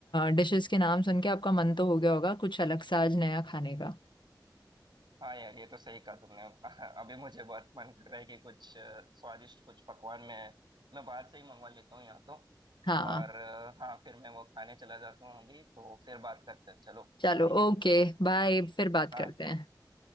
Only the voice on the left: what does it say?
डिशेस के नाम सुन के आपका मन तो हो गया होगा कुछ अलग सा आज नया खाने का
हाँ
चलो
ओके बाय फिर बात
करते हैं